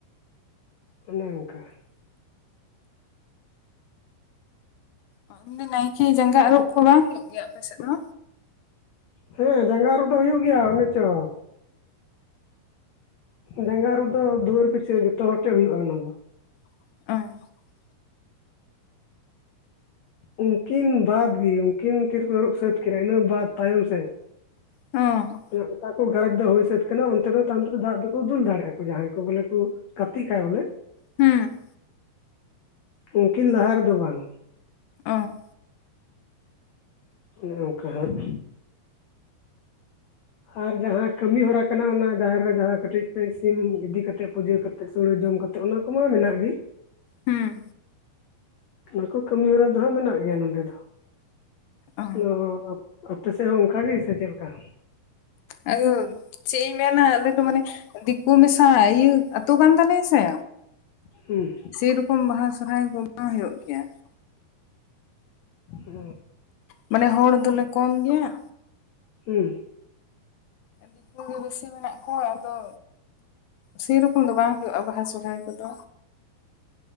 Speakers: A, on the left; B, on the left.
A: ᱚᱱᱮ ᱚᱱᱠᱟᱼᱼ
B: <unintelligible> ᱱᱟᱭᱠᱮ ᱡᱟᱸᱜᱟ ᱟᱹᱨᱩᱵ ᱠᱚ ᱵᱟᱝ ᱦᱩᱭᱩᱜ ᱜᱮᱭᱟ ᱟᱯᱮ ᱥᱮᱫ ᱫᱚ?
A: ᱦᱮᱸ ᱡᱟᱸᱜᱟ ᱟᱹᱨᱩᱵ ᱫᱚ ᱦᱩᱭᱩᱜ ᱜᱮᱭᱟ ᱚᱱᱮ ᱪᱚ ᱡᱟᱸᱜᱟ ᱟᱹᱨᱩᱵ ᱫᱚ ᱫᱩᱣᱟᱹᱨ ᱯᱤᱪᱷᱟᱹ ᱡᱚᱛᱚ ᱦᱚᱲ ᱴᱷᱮᱡ ᱦᱩᱭᱩᱜᱼᱟ ᱚᱱᱟ ᱫᱚᱼᱼ
B: <unintelligible>
A: ᱩᱱᱠᱤᱱ ᱵᱟᱫᱽ ᱜᱮ ᱩᱱᱠᱤᱱ ᱛᱤ ᱨᱮᱠᱚ ᱟᱹᱨᱩᱵ ᱥᱟᱹᱛ ᱠᱤᱱᱟ ᱤᱱᱟᱹ ᱵᱟᱫᱽ ᱛᱟᱭᱚᱢ ᱥᱮᱫ
B: ᱦᱚᱸ
A: ᱢᱟᱱᱮ ᱚᱠᱟ ᱠᱚ ᱜᱷᱟᱨᱚᱸᱡᱽ ᱫᱚ ᱦᱩᱭ ᱥᱟᱹᱛ ᱠᱟᱱᱟ ᱚᱱᱛᱮ ᱫᱚ ᱛᱟᱭᱚᱢ ᱛᱮᱫᱚ ᱫᱟᱜ ᱫᱚᱠᱚ ᱫᱩᱞ ᱫᱟᱲᱮᱭᱟᱜᱼᱟ ᱠᱚ ᱡᱟᱦᱟᱸᱭ ᱠᱚ ᱵᱚᱞᱮ ᱠᱚ ᱜᱟᱛᱮᱜ ᱠᱷᱟᱡ ᱵᱚᱞᱮ
B: ᱦᱩᱸ
A: ᱩᱱᱠᱤᱱ ᱞᱟᱦᱟ ᱨᱮᱫᱚ ᱵᱟᱝ
B: ᱚᱸᱻ
A: ᱚᱱᱮ ᱚᱱᱠᱟ ᱦᱟᱸᱜᱼᱼ ᱟᱨ ᱡᱟᱦᱟᱸ ᱠᱟᱹᱢᱤ ᱦᱚᱨᱟ ᱠᱟᱱᱟ ᱚᱱᱟ ᱡᱟᱦᱮᱨ ᱨᱮ ᱡᱟᱦᱟᱸ ᱠᱟᱹᱴᱤᱡ <unintelligible> ᱥᱤᱢ ᱤᱫᱤ ᱠᱟᱛᱮᱜ ᱯᱩᱡᱟᱹ ᱠᱟᱛᱮᱜ ᱛᱮᱫ ᱥᱩᱲᱟᱹ ᱡᱚᱢ ᱠᱟᱛᱮᱜ ᱚᱱᱟ ᱠᱚᱢᱟ ᱢᱮᱱᱟᱜ ᱜᱮᱼᱼ
B: ᱦᱩᱸ
A: ᱚᱱᱟ ᱠᱚ ᱠᱟᱹᱢᱤ ᱦᱚᱨᱟ ᱫᱚ ᱦᱟᱸᱜ ᱢᱮᱱᱟᱜ ᱜᱮᱭᱟ ᱱᱚᱸᱰᱮ ᱫᱚ
B: ᱚ
A: ᱟᱫᱚ ᱟᱯᱮ ᱥᱮᱫ ᱦᱚᱸ ᱚᱱᱠᱟ ᱜᱮ ᱥᱮ ᱪᱮᱫ ᱞᱮᱠᱟ?
B: <unintelligible> ᱪᱮᱫ ᱤᱧ ᱢᱮᱱᱟ ᱟᱞᱮ ᱫᱚ ᱢᱟᱱᱮ ᱫᱤᱠᱩ ᱢᱮᱥᱟ ᱤᱭᱟᱹ ᱟᱛᱳ ᱠᱟᱱ ᱛᱟᱞᱮᱭᱟ ᱥᱮ?
A: ᱦᱮᱸ
B: ᱥᱮᱨᱚᱠᱚᱢ ᱵᱟᱦᱟ ᱥᱚᱦᱨᱟᱭ ᱠᱚ ᱵᱟᱝ ᱦᱩᱭᱩᱜ ᱜᱮᱭᱟ ᱾
A: ᱚ
B: ᱢᱟᱱᱮ ᱦᱚᱲ ᱫᱚᱞᱮ ᱠᱚᱢ ᱜᱮᱭᱟ
A: ᱦᱮᱸ
B: ᱫᱤᱠᱩ ᱜᱮ ᱵᱮᱥᱤ ᱢᱮᱱᱟᱜ ᱠᱚᱣᱟ ᱟᱫᱚᱼᱼ ᱥᱮᱨᱚᱠᱚᱢ ᱫᱚ ᱵᱟᱝ ᱦᱩᱭᱩᱜᱼᱟ ᱵᱟᱦᱟ ᱥᱚᱦᱨᱟᱭ ᱠᱚᱫᱚ